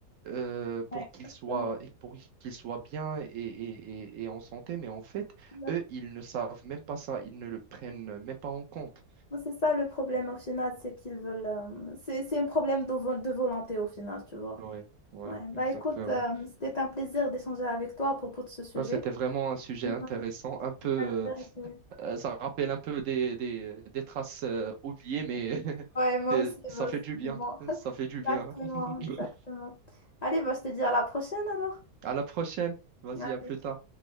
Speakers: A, on the right; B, on the left.
A: euh,
B: Ouais,
A: pour qu'ils
B: exactement.
A: soient, et pour qu'ils soient bien et, et- et- et en santé, mais en fait,
B: Exact.
A: eux, ils ne savent même pas ça, ils ne le prennent même pas en compte.
B: C'est ça le problème au final, c'est qu'ils veulent. euh, c'est, c'est un problème de, vol- de volonté au final, tu vois.
A: Ouais, ouais,
B: Ouais, bah
A: exactement.
B: écoute, euh, c'était un plaisir d'échanger avec toi à propos de ce sujet.
A: Ça, c'était vraiment un sujet
B: Ouais,
A: intéressant, un peu,
B: la vérité.
A: euh, ça rappelle un peu des, des- des traces euh, oubliées, mais <laughs>
B: Ouais, moi
A: c'est-
B: aussi,
A: ça
B: moi aussi.
A: fait du bien,
B: Mais bon, <laughs>
A: ça fait du
B: exactement,
A: bien. <laughs>
B: exactement. Allez, bah je te dis à la prochaine alors.
A: À la prochaine, vas-y,
B: Allez.
A: à plus tard.